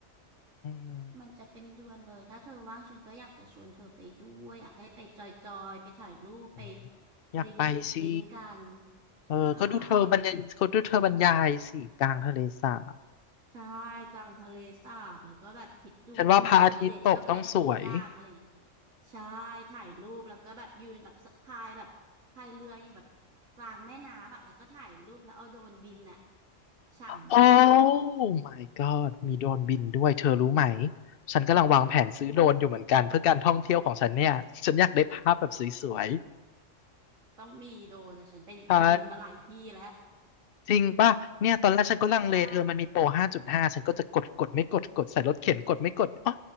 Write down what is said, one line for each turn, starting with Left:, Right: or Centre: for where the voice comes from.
Left: อืม
Right: มันจะเป็นเดือนเลยถ้าเธอว่างฉันก็อยากจะชวนเธอไปด้วย อยากให้ไปจอยๆไปถ่ายรูป
Left: อืม
Right: ไป
Left: อยากไปสิ
Right: ดริงดริงกัน
Left: เออก็ดูเธอบรรยายเขาดูเธอบรรยายสิกลางทะเลสาบ
Right: ใช่ใช่กลางทะเลสาบ แล้วก็แบบคิดดูตอนเย็นก็ไปปิ้งย่างอะไรอย่างนี้ใช่ถ่ายรูปแล้วก็แบบยืนแบบสะพายแบบพายเรืออยู่แบบ
Left: ฉันว่าพระอาทิตย์ตกต้องสวย
Right: กลางแม่น้ำอ่ะแล้วก็ถ่ายรูปแล้วเอาโดรนบินอ่ะฉ่ำเวอร์
Left: โอ้ my god มีโดรนบินด้วยเธอรู้ไหมฉันกำลังวางแผนซื้อโดรนอยู่เหมือนกันเพื่อการท่องเที่ยวของฉันเนี่ยฉันอยากได้ภาพแบบสวย
Right: ต้องมีโดรนอ่ะฉันไปบินมาหลายที่แล้ว
Left: ๆใช่จริงป่ะเนี่ยตอนแรกฉันก็ลังเลเธอมันมีโปร5.5ฉันก็จะกดกดไม่กดกดใส่รถเข็นกดไม่กดอ๋อ
Right: ใช่